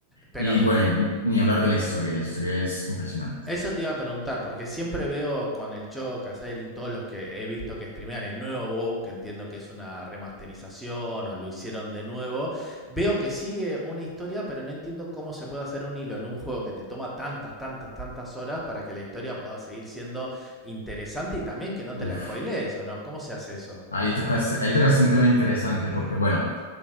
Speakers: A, in the centre; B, on the left (about 75°).
A: Pero
B: Y bueno, y ni hablar de la historia, la historia es impresionante.
A: Eso te iba a preguntar, porque siempre veo con el Choc, a Sailing, todos los que he visto que streamean el nuevo WoW, que entiendo que es una remasterización o lo hicieron de nuevo, veo que sigue una historia, pero no entiendo cómo se puede hacer un hilo en un juego que te toma tantas, tantas, tantas horas para que la historia pueda seguir siendo interesante y también que no te
B: Uf.
A: la spoilees, ¿o no? ¿Cómo se hace eso?
B: Ahí tocaste, ahí tocaste un tema interesante porque, bueno,